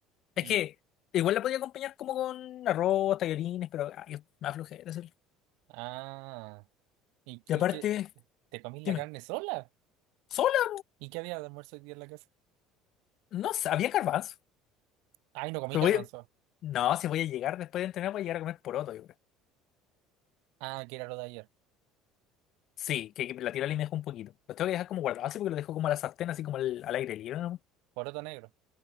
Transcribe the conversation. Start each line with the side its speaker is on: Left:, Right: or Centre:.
Left: Es
Right: Y,
Left: que igual la podía acompañar como con arroz, tallarines, pero ay, es más flojera hacerlo.
Right: ah, y,
Left: Y
Right: y
Left: aparte,
Right: qué, te comís
Left: dime,
Right: la carne sola.
Left: sola,
Right: ¿Y qué había de almuerzo hoy día en la casa?
Left: no sé, había garbanzo.
Right: Ay, no comí
Left: Pero
Right: garbanzo.
Left: voy a- No, si voy a llegar después de entrenar, voy a llegar a comer poroto, yo creo.
Right: Ah, que era lo de ayer.
Left: Sí, que, que la tira y me dejo un poquito. Lo tengo que dejar como guardado así porque lo dejo como a la sartén, así como al, al aire libre, ¿no?
Right: Poroto negro.